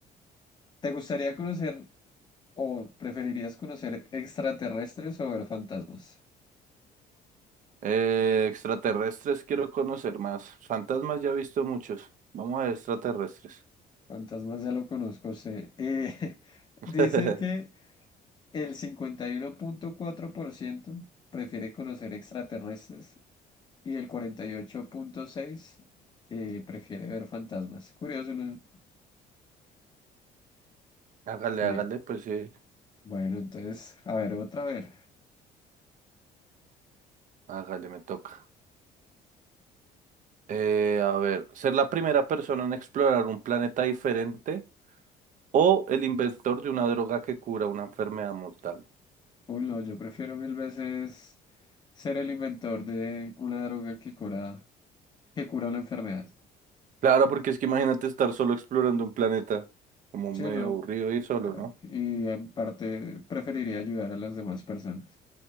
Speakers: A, on the left (about 25°); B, on the right (about 50°).
A: ¿Te gustaría conocer ¿O preferirías conocer extraterrestres o ver fantasmas?
B: Eh, extraterrestres quiero conocer más. Fantasmas ya he visto muchos. Vamos a ver extraterrestres.
A: Fantasmas ya lo conozco, sé. Eh, <laughs>
B: <laughs>
A: dice que el 51.4% prefiere conocer extraterrestres y el 48.6% eh, prefiere ver fantasmas. Curioso, ¿no?
B: Hágale,
A: Le-
B: hágale, pues sí.
A: Bueno, entonces, a ver, otra vez.
B: Hágale, me toca. Eh, a ver, ser la primera persona en explorar un planeta diferente o el inventor de una droga que cura una enfermedad mortal.
A: Uy, no, yo prefiero mil veces ser el inventor de una droga que cura, que cura una enfermedad.
B: Claro, porque es que imagínate estar solo explorando un planeta como
A: Chelo.
B: medio aburrido y solo, ¿no?
A: y en parte preferiría ayudar a las demás personas.